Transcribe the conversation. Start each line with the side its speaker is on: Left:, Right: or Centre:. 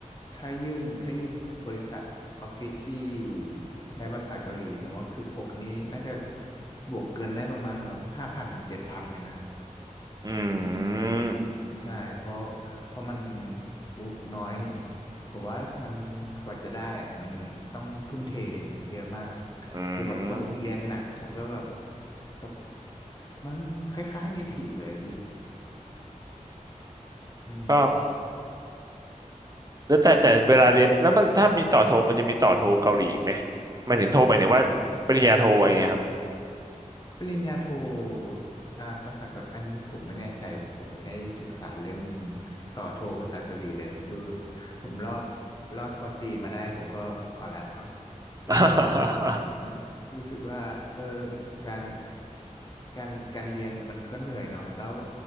Left: ถ้ายื่นถ้ายื่นบริษัทออฟฟิศที่ใช้ภาษาเกาหลีผมว่าเกือบหกนี้น่าจะบวกเกินได้ประมาณแบบห้าพันถึงเจ็ดพันเลยนะ
Right: อืมอืมอืม
Left: ใช่เพราะ
Right: อ
Left: เพราะมันอุน้อยผมว่ามันกว่าจะได้อะมันต้องทุ่มเทเยอะมาก
Right: ื
Left: คือแบบต้องเรียนหนักแล้วก็แบบ
Right: ม
Left: ต้องมันคล้ายๆ native เลยพี่อืม
Right: ก็แล้วแต่แต่เวลาเรียนแล้วมันถ้ามีต่อโทมันจะมีต่อโทเกาหลีอีกไหมหมายถึงโทหมายถึงว่าปริญญาโทอะไรเงี้ยครับ
Left: ปริญญาโทอ่าภาษาเกาหลีอันนี้ผมไม่แน่ใจผมไม่ได้ศึกษาเรื่องต่อโทภาษาเกาหลีเลยคือผมรอดรอดปอตรีมาได้ผมก็พอแล้ว <laughs> รู้สึกว่า
Right: <laughs>
Left: <laughs> รู้สึกว่าเออการการการเรียนมันก็เหนื่อยเนาะแล้ว